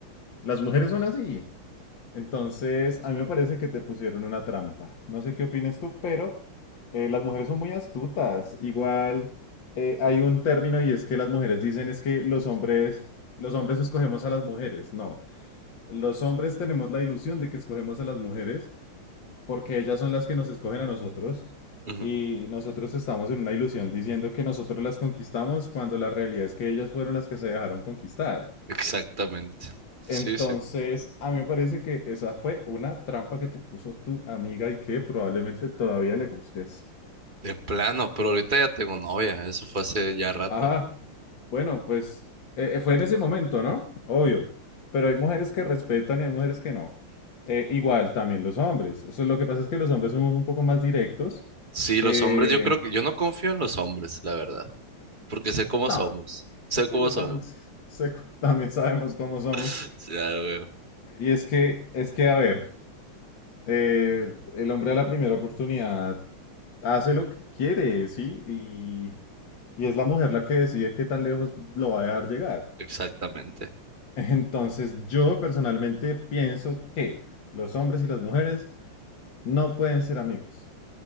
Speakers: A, on the left; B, on the right.
A: Las mujeres son así. Entonces, a mí me parece que te pusieron una trampa. No sé qué opines tú, pero eh, las mujeres son muy astutas. Igual, eh, hay un término y es que las mujeres dicen es que los hombres, los hombres escogemos a las mujeres. No, los hombres tenemos la ilusión de que escogemos a las mujeres porque ellas son las que nos escogen a nosotros
B: Ujú,
A: y nosotros estamos en una ilusión diciendo que nosotros las conquistamos cuando la realidad es que ellas fueron las que se dejaron conquistar.
B: Exactamente. Sí,
A: Entonces,
B: sí.
A: a mí me parece que esa fue una trampa que te puso tu amiga y que probablemente todavía le gustes.
B: De plano, pero ahorita ya tengo novia, eso fue hace ya rato.
A: Ajá, bueno, pues eh, eh, fue en ese momento, ¿no? Obvio, pero hay mujeres que respetan y hay mujeres que no. Eh, igual, también los hombres. Eso, lo que pasa es que los hombres somos un poco más directos.
B: Sí, los
A: Eh,
B: hombres, yo creo que yo no confío en los hombres, la verdad. porque sé cómo
A: no,
B: somos, sé
A: porque
B: cómo
A: yo
B: somos.
A: también sé, también sabemos cómo somos.
B: <laughs> Ya, güey,
A: Y es que, es que, a ver, eh, el hombre a la primera oportunidad hace lo que quiere, ¿sí? Y, y es la mujer la que decide qué tan lejos lo va a dejar llegar.
B: exactamente.
A: <laughs> Entonces, yo personalmente pienso que los hombres y las mujeres no pueden ser amigos